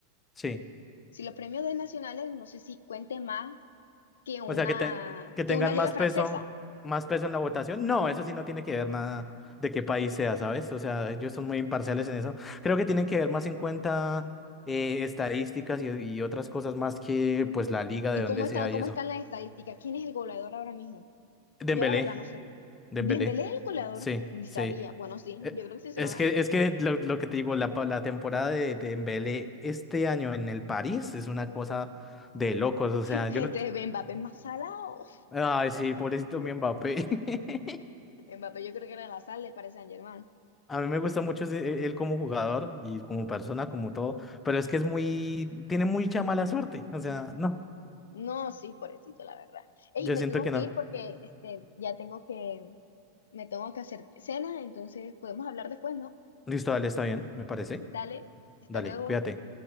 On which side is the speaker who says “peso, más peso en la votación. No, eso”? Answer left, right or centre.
Left